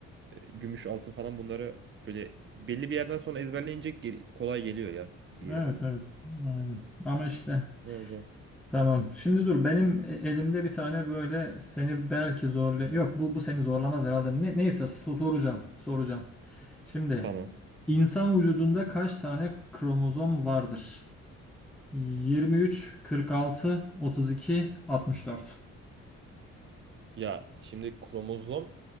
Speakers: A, on the right; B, in the centre.
A: gümüş altın falan bunları böyle belli bir yerden sonra ezberleyince gel- kolay geliyor ya bir yere
B: evet,
A: kadar.
B: evet. Aynen. Ama işte.
A: O zaman.
B: Tamam. Şimdi dur benim e- elimde bir tane böyle seni belki zorla yok bu bu seni zorlamaz herhalde. Ne, neyse so- soracağım. Soracağım. Şimdi
A: Tamam.
B: insan vücudunda kaç tane kromozom vardır? 23, 46, 32, 64.
A: Ya şimdi kromozom